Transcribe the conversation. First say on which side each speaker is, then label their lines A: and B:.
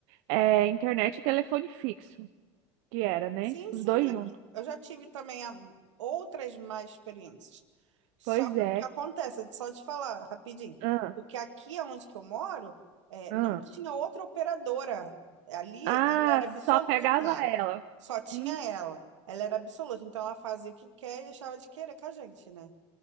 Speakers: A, on the right; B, on the right.
A: É internet e telefone fixo, que era, né?
B: Sim,
A: Os
B: sim,
A: dois
B: aqui,
A: juntos.
B: eu já tive também a- outras más experiências. Só
A: Pois
B: que
A: é.
B: o que acontece, só te falar rapidinho,
A: Ah,
B: porque aqui onde que eu moro, é,
A: ah.
B: não tinha outra operadora. Ali
A: Ah,
B: ela era absoluta,
A: só pegava ela.
B: só tinha
A: Hum,
B: ela. Ela era absoluta, então ela fazia o que quer e deixava de querer com a gente, né?